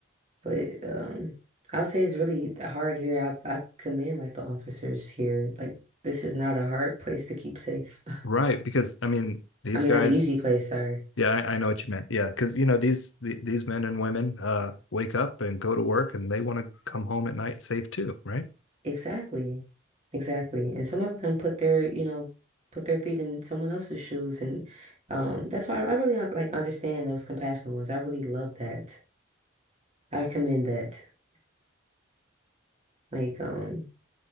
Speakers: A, on the right (about 35°); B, on the left (about 80°).
A: But um, I'll say it's really hard here. I I commend like the officers here. Like this is not a hard place to keep safe. <laughs>
B: right? Because I mean, these
A: I mean,
B: guys.
A: not an easy place. Sorry.
B: Yeah, I, I know what you meant. Yeah, because you know these the, these men and women uh, wake up and go to work, and they want to come home at night safe too, right?
A: Exactly. Exactly. And some of them put their, you know, put their feet in someone else's shoes. And um, that's why I really like like, understand those compassionate ones. I really love that. I commend that. Like, um,